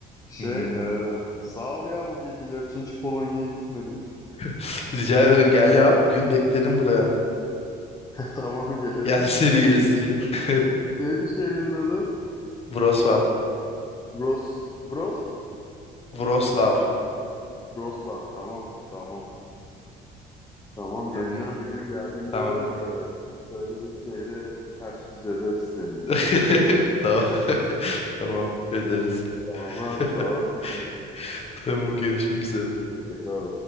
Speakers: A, on the left; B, on the left.
A: Şey
B: Hmm.
A: e, sağ ol ya bu bilgiler için. Hiç Polonya'ya gitmedim.
B: <laughs> Rica ederim gel
A: Da Bulundur.
B: ya. Bir gün beklerim buraya.
A: <laughs> Tamam gelirim.
B: Gel seni gezdireyim.
A: Gelirim.
B: <laughs>
A: Neydi şehrin adı?
B: Wrocław.
A: Bros. Bros.
B: Wrocław.
A: Broslav. Tamam. Tamam. Tamam
B: Tamam.
A: geleceğim bir gün geldiğinde
B: Tamam.
A: de e, şöyle bir şehri ters yüz ederiz seninle.
B: <laughs> Tamam. <laughs> Tamam. Ederiz.
A: Tamam
B: <laughs>
A: abi sağ olasın.
B: Tamam görüşmek üzere.
A: Hoşçakal.